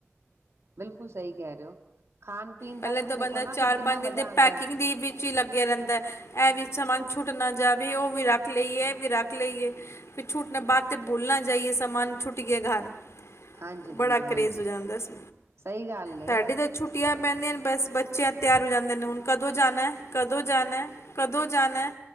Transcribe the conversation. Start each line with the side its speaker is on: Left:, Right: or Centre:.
Right: ਬਿਲਕੁਲ ਸਹੀ ਕਹਿ ਰਹੇ ਹੋ। ਖਾਣ-ਪੀਣ
Left: ਪਹਿਲੇ
Right: ਦਾ ਵੀ
Left: ਤਾਂ
Right: ਦੇਖੋ
Left: ਬੰਦਾ
Right: ਨਾ
Left: ਚਾਰ
Right: ਫਿਰ ਕਿੰਨਾ
Left: ਪੰਜ
Right: ਮਜ਼ਾ
Left: ਦਿਨ ਦੇ
Right: ਆਉਂਦਾ
Left: ਪੈਕਿੰਗ
Right: ਹੈ
Left: ਦੇ ਵਿੱਚ ਹੀ ਲੱਗੇਿਆ ਰਹਿੰਦਾ ਇਹ ਵੀ ਸਮਾਨ ਛੁੱਟ ਛੁੱਟਣਾ ਜਾਵੇ ਉਹ ਵੀ ਰੱਖ ਲਈਏ ਇਹ ਵੀ ਰੱਖ ਲਈਏ ਛੂਟ ਦੇ ਬਾਅਦ ਤਾਂ ਬੋਲਣਾ ਜਾਈਏ ਸਮਾਨ ਛੁੱਟ ਗਯਾ ਘਰ
Right: ਹਾਂਜੀ-
Left: ਬੜਾ
Right: ਹਾਂਜੀ-
Left: ਕਰੇਜ਼
Right: ਹਾਂਜੀ
Left: ਹੋ ਜਾਂਦਾ ਇਸ
Right: ਸਹੀ ਗੱਲ ਏ।
Left: ਸਾਡੀ ਤਾਂ ਛੁੱਟੀਆਂ ਪੈਂਦੀਆਂ ਬਸ ਬੱਚਿਆਂ ਤਿਆਰ ਹੋ ਜਾਂਦੇ ਨੇ ਹੁਣ ਕਦੋਂ ਜਾਣਾ? ਕਦੋਂ ਜਾਣਾ, ਕਦੋਂ ਜਾਣਾ,